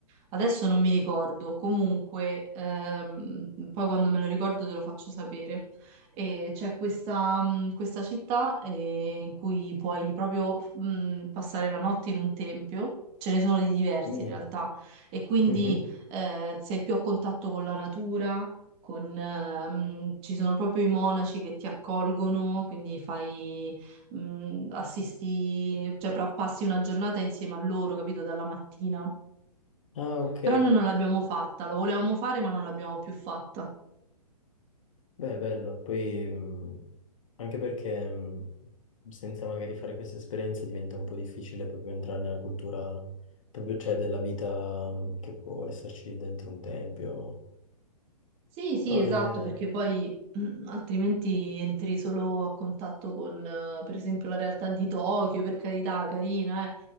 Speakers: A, on the right (about 30°); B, on the left (about 50°).
A: Adesso non mi ricordo. Comunque, ehm, poi quando me lo ricordo te lo faccio sapere. E c'è questa, mh, questa città eh, in cui puoi proprio mh, passare la notte in un tempio. Ce ne sono di diversi
B: Mi.
A: in realtà. E quindi
B: Mhm.
A: eh, sei più a contatto con la natura. Con, ehm, ci sono proprio i monaci che ti accolgono, quindi fai mh, assisti, cioè pra- passi una giornata insieme a loro, capito, dalla mattina.
B: Ah, ok.
A: Però noi non l'abbiamo fatta, lo volevamo fare ma non l'abbiamo più fatta.
B: Beh, bello. Poi, mh, anche perché mh, senza magari fare queste esperienze diventa un po' difficile proprio entrare nella cultura, proprio, cioè, della vita mh, che può esserci dentro un tempio.
A: Sì, sì,
B: No,
A: esatto,
B: deve...
A: perché poi mh, altrimenti entri solo a contatto con, eh, per esempio, la realtà di Tokyo, per carità, carina, eh.